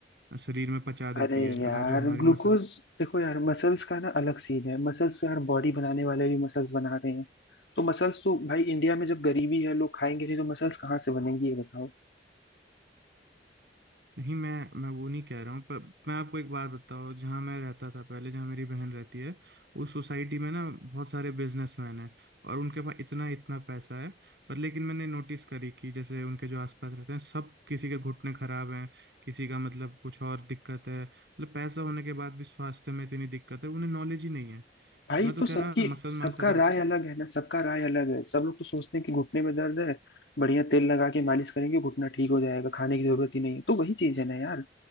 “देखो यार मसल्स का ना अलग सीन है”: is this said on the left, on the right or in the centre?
Left